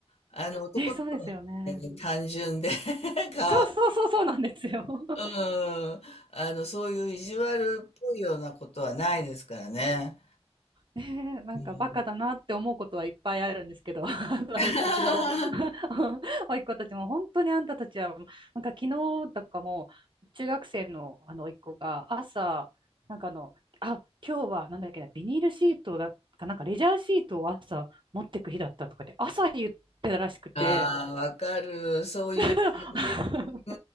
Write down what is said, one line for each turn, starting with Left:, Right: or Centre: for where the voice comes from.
Left: あの、男の子の方がね単純で
Right: ね、そうですよね。
Left: <laughs>
Right: そうそうそうそうなんですよ。<laughs>
Left: うん、あの、そういう意地悪っぽいようなことはないですからね。
Right: えーなんかバカだなって思うことはいっぱいあるんですけど、
Left: うん。
Right: <laughs> あの、
Left: <laughs>
Right: うちの <laughs> 甥っ子たちも本当にあんたたちは、なんか昨日とかも中学生のあの甥っ子が朝、なんかあの、あ、今日はなんだっけな、ビニールシートだかなんかレジャーシートを朝持ってく日だったとかって朝言ってたらしくて、
Left: ああ、わかる。そういう感じ。
Right: <laughs>
Left: う